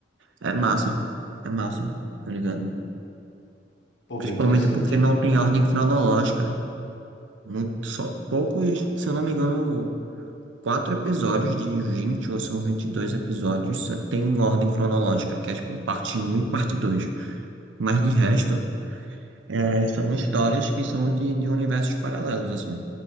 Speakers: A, on the right; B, on the left.
A: é massa. É massa, tá ligado?
B: Pô,
A: Principalmente
B: bem interessante.
A: porque não tem ordem cronológica. Muito, só poucos, se eu não me engano, quatro episódios de 20 ou são 22 episódios só tem ordem cronológica, que é, tipo, parte um e parte dois Mas de resto. É, são histórias que são de, de universos paralelos, assim.